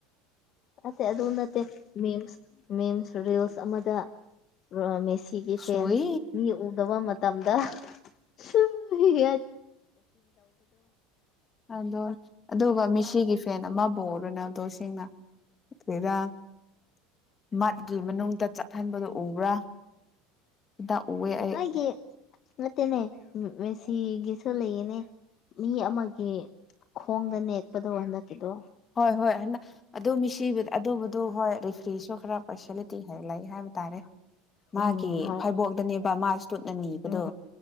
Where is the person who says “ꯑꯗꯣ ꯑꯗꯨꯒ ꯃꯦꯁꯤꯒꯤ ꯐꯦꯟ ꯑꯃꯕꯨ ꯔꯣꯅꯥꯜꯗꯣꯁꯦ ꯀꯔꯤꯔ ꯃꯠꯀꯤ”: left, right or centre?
Left